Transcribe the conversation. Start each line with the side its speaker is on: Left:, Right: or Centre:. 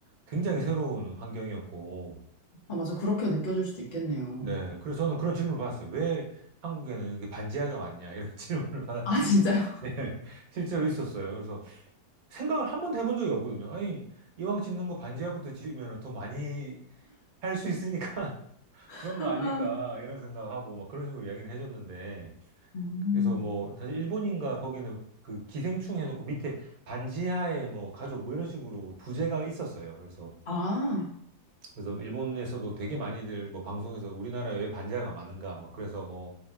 Right: 굉장히 새로운 환경이었고
Left: 아, 맞아. 그렇게 느껴질 수도 있겠네요.
Right: 네. 그래서 저는 그런 질문을 받았어요. 왜 한국에는 이게 반지하가 많냐? 이런 <laughs> 질문을 받았습니다.
Left: 아, 진짜요?
Right: 네, 실제로 있었어요. 그래서 생각을 한 번도 해본 적이 없거든요. 아니, 이왕 짓는 거 반지하부터 지으면 더 많이 할 수 있으니까 <laughs> 그런
Left: <laughs>
Right: 거 아닐까 이런 생각하고 막 그런 식으로 이야기는 해줬는데
Left: 음.
Right: 그래서 뭐 사실 일본인가 거기는 그 기생충 해놓고 밑에 반지하에 뭐 가족 뭐 이런 식으로 부제가 있었어요. 그래서
Left: 아,
Right: 그래서 일본에서도 되게 많이들 뭐 방송에서 우리나라에 왜 반지하가 많은가 막 그래서 뭐